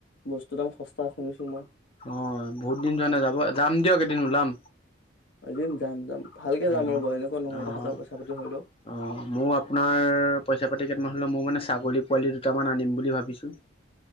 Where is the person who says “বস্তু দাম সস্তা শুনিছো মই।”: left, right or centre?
Left